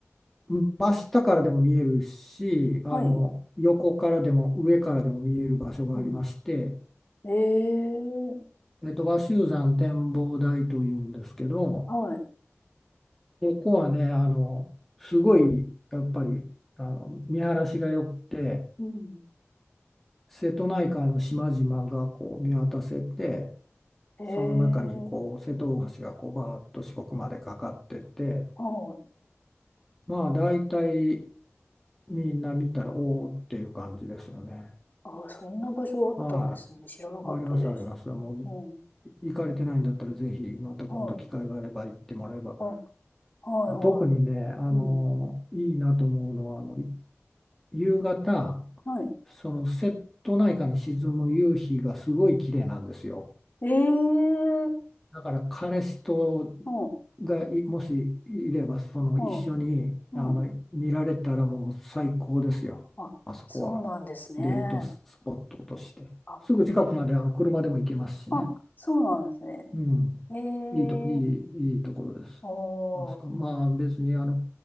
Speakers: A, in the centre; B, on the left.
A: う真下からでも見えるし、あの、
B: い。
A: 横からでも上からでも見える場所がありまして、
B: うん。ええ
A: えーと、和州山展望台というんですけど、
B: はい。
A: ここはね、あの、すごいやっぱりあの見晴らしが良くて、
B: うん。
A: 瀬戸内海の島々がこう見渡せて、
B: ええ
A: その中にこう瀬戸大橋がこうバーッと四国までかかってて
B: はい。
A: まあ大体みんな見たらおおっていう感じですよね。
B: あ、そんな場所あったんですね。
A: は
B: 知らなかったです。
A: い、ありますあります。もう
B: うん。
A: 行かれてないんだったらぜひまた今度機会があれば行ってもらえば
B: はい。あ、はいは
A: あ特にねあのいいなと思うのはあの
B: い。うん。
A: 夕方
B: はい。
A: その瀬戸内海に沈む夕日がすごい綺麗なんですよ。
B: ええー。
A: だから彼氏と
B: うん。
A: がいもしいればその一緒にあの見られたらもう最高ですよあそこは
B: うん。うん。あ、そうなんですね。
A: デートスポットとしてすぐ近くまであの車でも行けますしね、
B: あ、あ、そうなんですね。
A: うん、
B: ええ
A: いいと、いい、
B: ー。
A: いいところです
B: おー。
A: あそこまあ別にあの